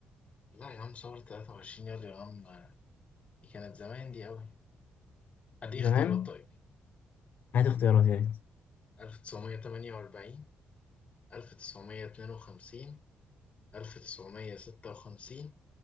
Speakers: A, on the left; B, on the left.
A: لا يا عم ثورة 23 يوليو يا عم دي كانت زمان دي أوي أدي اختيارات
B: زمان؟
A: طيب
B: هات اختيارات يا ريت
A: 1948 ألف تسعمية اتنين وخمسين ألف تسعمية ستة وخمسين